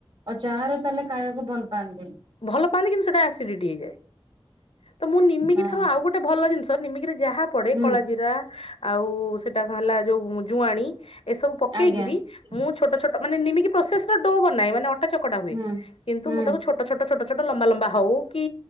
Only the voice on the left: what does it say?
ଭଲ ପାଆନ୍ତି କିନ୍ତୁ ସେଟା ଆସିଡିଟି ହେଇଯାଏ। ତ ମୁଁ ନିମିକି
ଠାରୁ ଆଉ ଗୋଟେ ଭଲ ଜିନିଷ ନିମିକିରେ ଯାହା ପଡେ
କଳା ଜିରା ଆଉ ସେଟା କଣ ହେଲା ଯୋଉ ଜୁଆଣି ଏସବୁ ପକେଇକିରି
ମୁଁ ଛୋଟ ଛୋଟ ମାନେ ନିମିକି ପ୍ରୋସେସ ର ମୁଁ ବନାଏ ମାନେ ଅଟା ଅଟା ଚକଟା ହୁଏ
କିନ୍ତୁ
ମୁଁ ତାକୁ ଛୋଟ ଛୋଟ ଛୋଟ ଛୋଟ ଲମ୍ବା ଲମ୍ବା ହଉ କି